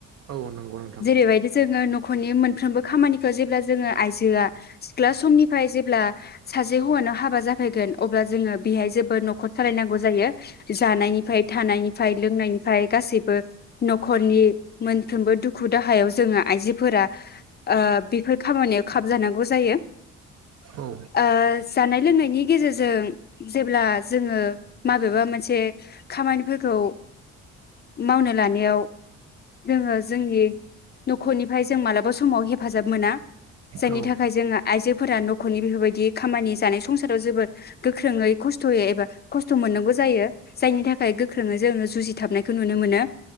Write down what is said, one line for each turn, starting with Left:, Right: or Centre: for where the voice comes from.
Right: औ नोंथां।
Left: जेरैबायदि जोङो नखरनि मोनफ्रोमबो खामानिखौ जेब्ला जोङो आइजोआ सिख्ला समनिफ्राय जेब्ला सासे हौवानाव हाबा जाफैगोन अब्ला जोङो बेहाय जोद न'खर सालायनांगौ जायो जानायनिफ्राय थानायनिफ्राय लोंनायनिफ्राय। गासिबो न'खरनि मोनफ्रोमबो दुखु दाहायाव जोङो आइजोफोरा ओ बेफोर खामानियाव खाबजानांगौ जायो
Right: औ
Left: ओ जानाय लोंनायनि गेजेरजों जेब्ला जोङो माबेबा मोनसे खामानिफोरखौ मावनो लानायाव जोङो जोंनि न'खरनिफ्राय जों मालाबा समाव हेफाजाब मोना जायनि
Right: औ
Left: थाखाय जोङो आइजोफोरा न'खरनि बेफोरबायदि खामानि जानाय संसाराव जोबोद गोख्रोङै खस्थ'यै एबा खस्थ' मोननांगौ जायो जायनि थाखाय गोख्रोङै जोङो जुजिथाबनाय नुनो मोनो